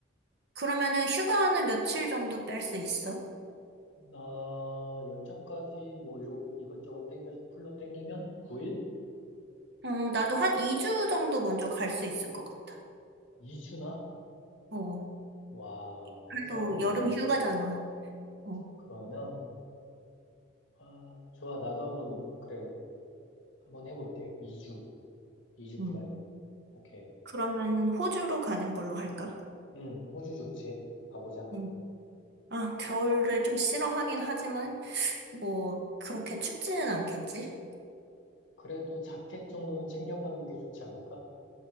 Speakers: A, on the right (about 55°); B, on the left (about 75°).
A: 그러면은 휴가는 며칠 정도 뺄 수 있어?
B: 나 연차까지 뭐 이러고 이것저것 땡겨서 풀로 땡기면 9일?
A: 음, 나도 한 2주 정도 먼저 갈 수 있을 것 같아.
B: 2주나?
A: 어,
B: 와,
A: 그래도
B: 회사 완전
A: 여름 휴가잖아. 어,
B: 그러면 아, 좋아. 나도 한번, 그래. 한번 해볼게. 2주, 이주
A: 음.
B: 플랜. 오케이.
A: 그러면 호주로 가는 걸로 할까?
B: 응, 호주 좋지. 가보자.
A: 응. 아, 겨울을 좀 싫어하긴 하지만, 뭐, 그렇게 춥지는 않겠지?
B: 그래도 자켓 정도는 챙겨가는 게 좋지 않을까?